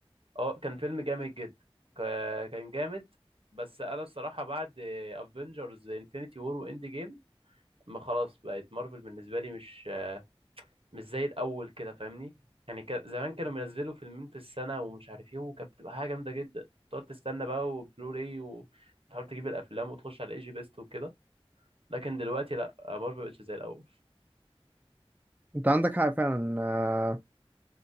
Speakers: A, on the right; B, on the right.
A: اه كان فيلم جامد جدا ك- كان جامد بس انا الصراحه بعد افنجرز انفينيتي وور واند جيم ما خلاص بقت مارفل بالنسبه لي مش مش زي الاول كده فاهمني يعني كان زمان كانوا بينزلوا فيلمين في السنه ومش عارف ايه وكانت بتبقى حاجه جامده جدا تقعد تستنى بقى وبلوراي وتحاول تجيب الافلام وتخش على ايجي بيست وكده لكن دلوقتي لا مارفل مبقتش زي الاول
B: انت عندك حق فعلا